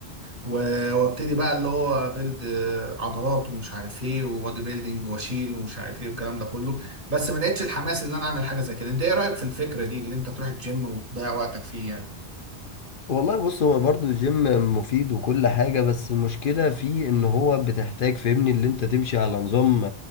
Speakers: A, on the right; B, on the left.
A: و- وابتدي بقى اللي هو بيلد عضلات ومش عارف ايه وبودي بيلدينج واشيل ومش عارف ايه والكلام ده كله بس ما لقيتش الحماس ان انا اعمل حاجه زي كده انت ايه رايك في الفكره دي اللي انت تروح الجيم وتضيع وقتك فيه يعني
B: والله بص هو برضو الجيم مفيد وكل حاجة بس المشكلة فيه ان هو بتحتاج فاهمني اللي انت تمشي على نظام